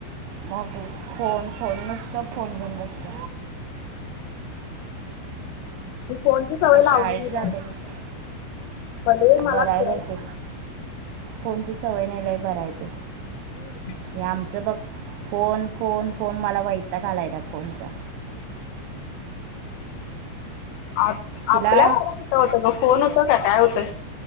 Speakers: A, on the right (about 85°); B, on the left (about 80°).
A: भा फोन फोन नसत फोन घेऊन बसत
B: मी फोनची सवय लावली
A: शाळेत
B: नाही रे
A: जाते
B: आजिबात
A: ते.
B: ह्याला भलेही मला
A: बरं आहे
B: फिरायची
A: बाई ते
B: --
A: फोनची सवय नाय लय बरायं ते
B: दे
A: हे आमचं बघ. फोन फोन फोन मला वैताग आलाय त्या फोन चा.
B: आपल्या
A: तिला
B: आपल्या वेळी कुठं होतं गं फोन होत का काय होतं.